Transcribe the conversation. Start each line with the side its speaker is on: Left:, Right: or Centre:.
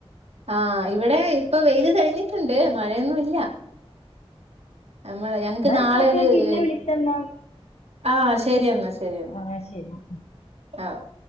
Right: ആഹ് ഇവിടെ ഇപ്പൊ വെയ്ല് തെളിഞ്ഞിട്ട്ണ്ട് മഴയൊന്നും ഇല്ല നമ്മൾ ഞങ്ങക്ക്
Left: എന്നാ ആയിക്കോട്ടെ
Right: നാളെ ഒരു
Left: പിന്നെ
Right: ഇഹ്
Left: വിളിക്കന്നാ
Right: ആഹ് ശെരി യെന്നാ ശരിയാ
Left: ആഹ് ശരി
Right: ആഹ്